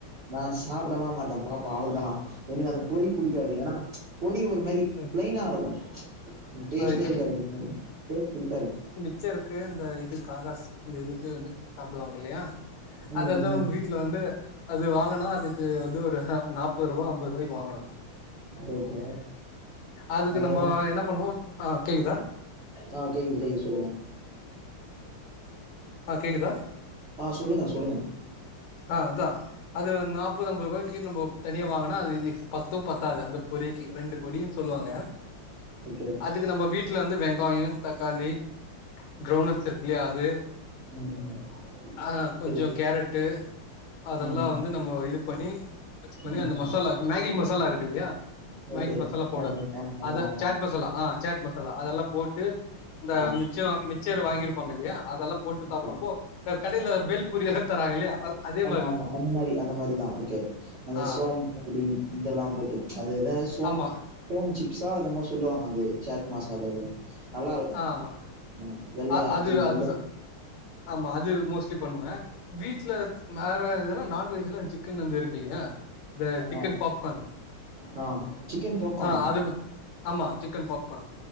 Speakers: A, on the right; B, on the left.
A: நா சாப்டலா மாட்டே பாப்பா அவள்தா எனக்கு அந்த பொறி புடிக்காது ஏனா பொறி ஒரு மாரி
B: ஓகே
A: தினாருக்கு டேஸ்ட்
B: அது
A: இருக்காது டேஸ்ட் இருக்காது
B: மிச்சருக்கு அந்த இது காராஸ் அந்த இதுக்கு வந்து சாப்டுவாங்க இல்லையா
A: ம்
B: அத வந்த
A: ம்
B: வீட் ல வந்து அது வாங்கனா அதுக்கு வந்து ஒரு நாப்பது ரூவா ஐம்பது ரூவாய்க்கு வாங்கணு
A: ஓகே
B: அதுக்கு
A: ஹலோ
B: நம்ம என்ன பண்ணுவோ ஆ கேக்குதா
A: ஆ கேக்குது கேக்குது சொல்லுங்க
B: ஆ கேக்குதா
A: ஆ சொல்லுங்க சொல்லுங்க
B: ஆ அதா அது நாப்பது ஐம்பது ரூவாய்க்கி நம்போ தனியா வாங்கனா அது இது பத்து பத்தாது அந்த பொறிக்கு ரெண்டு பொடின் சொல்வாங்க
A: ஓகே
B: அதுக்கு நம்ப வீட்ல வந்து வெங்காயோ தக்காளி கிரவுணட்ஸ் இருக்கு இல்லையா அது
A: ம் ம்
B: ஆ கொஞ்சோ
A: சரி
B: கேரட் டு அதெல்லா
A: ம்
B: வந்து நம்மோ இது பண்ணி மிக்ஸ் பண்ணி
A: ம்
B: அந்த மசாலா மேகி மசாலா இருக்கில்லையா
A: ஓகே
B: மேகி மசாலா பவுட
A: ஆமாம்
B: அதா
A: ஆமாம் ஆமாம்
B: சேட் மசாலா ஆ சேட் மசாலா அதெல்லா போட்டு இந்த
A: ஆ
B: மிச்சோ மிச் மிச்சரு வாங்கியிருப்பாங்க இல்லையா அதெல்லா போட்டு சாப்புட்றப்போ
A: ஓகே
B: இந்த கடையில பெல்பூரிய எல்லா தராங்க இல்லையா அதே
A: ஆமா
B: மாரி
A: ஆமா
B: இருக்கு
A: அந்த மாரி அந்த மாரிதா ஓகே அந்த
B: ஆ
A: சோம் பப்புடி இதெல்லா போட்டு அது எதோ சோம்
B: ஆமா
A: ஹோம் சிப்ஸா அ மாரி சொல்லுவாங்க அந்த சேட் மசாலால்ல நல்லா இருக்கு
B: ஆ ஆமா
A: ம் வெள்ளையா
B: அ அது
A: சி வெள்ள
B: அது ஆமா அது மோஸ்ட்லி பண்ணுவே வீட்ல வேற எதுனா நான்வெஜ்ல சிக்கன் வந்து இருக்கு இல்லையா இந்த சிக்கன்
A: ஆ.
B: பாப்கான்
A: ஆ சிக்கன் பாப்கார்னா?
B: ஆ அது ஆமா சிக்கன் பாப்கார்ன்